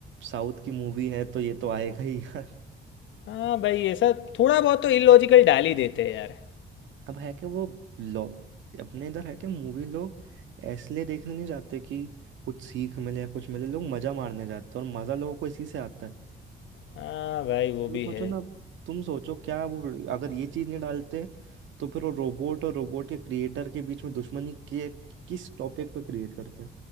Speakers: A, on the right; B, on the left.
A: साउथ की मूवी है तो ये तो आएगा ही यार
B: हाँ भाई ऐसा थोड़ा बहुत तो इलॉजिकल डाल ही देते हैं यार
A: अब है कि वो लोग अपने इधर है कि मूवी लोग इसलिए देखने नहीं जाते कि कुछ सीख मिले या कुछ मिले लोग मजा मारने जाते हैं और मजा लोगों को इसी से आता है
B: हाँ भाई वो
A: तो
B: भी
A: सोचो
B: है
A: ना तुम सोचो क्या वो अगर ये चीज नहीं डालते तो फिर वो रोबोट और रोबोट के क्रिएटर के बीच में दुश्मनी के किस टॉपिक पे क्रिएट करते